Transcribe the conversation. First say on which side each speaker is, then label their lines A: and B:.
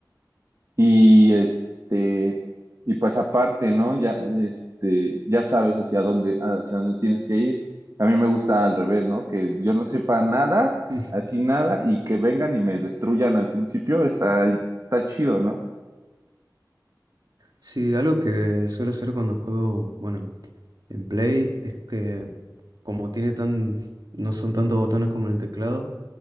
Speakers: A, on the right (about 45°); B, on the right (about 60°).
A: Y este, y pues aparte, ¿no? Ya, este, ya sabes hacia dónde, hacia dónde tienes que ir. A mí me gusta al revés, ¿no? Que yo no sepa nada,
B: Mm.
A: así nada, y que vengan y me destruyan al principio, está, está chido, ¿no?
B: Sí, algo que suelo hacer cuando juego, bueno, en Play es que como tiene tan, no son tantos botones como en el teclado,